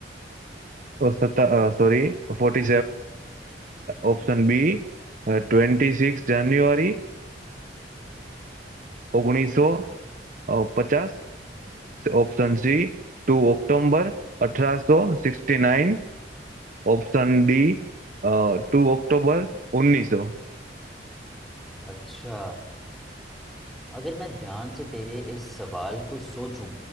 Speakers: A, on the right (about 45°); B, in the centre.
A: sorry फोर्टी
B: हम्म, हम्म।
A: Option B twenty six January ઓગણીસો પચાસ ઓપ્શન સી ટુ ઓક્ટોબર અઠરાસો sixty nine Option D two October उन्नीस सौ
B: अच्छा अगर मैं ध्यान से तेरे इस सवाल को सोचूं